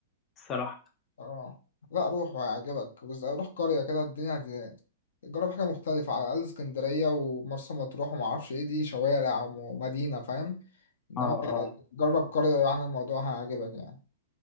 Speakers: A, on the left; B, on the left.
A: الصراحة
B: اه لا روح وهيعجبك بس روح قرية كده الدنيا هت- جرب حاجة مختلفة على الأقل اسكندرية ومرسى مطروح ومعرفش ايه دي شوارع ومدينة فاهم انما
A: اه اه
B: جرب قرية يعني الموضوع هيعجبك يعني